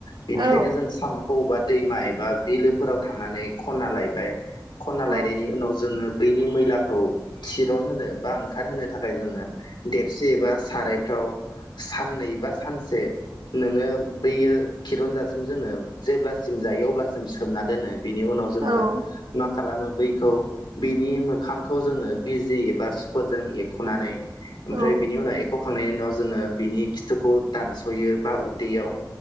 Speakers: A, on the left; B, on the right.
A: बेनिखायनो
B: औ
A: जों साम'खौ अबेबा दैमा एबा बिलोफोराव थांनानै खना लायबाय खना
B: औ
A: लायनायनि उनाव जोङो बैनि मैलाखौ थिरन होनो बा ओंखारहोनो थाखाय जोङो देबसे एबा सारायफ्राव साननै बा सानसे नोङो बैयो खिरन्जासिम जोङो जेब्लासिम जायो अब्लासिम सोमना दोनो बेनि उनाव जोङो
B: औ
A: म खालामो बैखौ बिनि मोखांखौ जोङो बिजि एबा सुफोरजों एब खनानै ओमफ्राय
B: औ
A: बिनि उनाव एख' खांनायनि उनाव जोङो बिनि खिथुखौ दानस'यो बा उदैयाव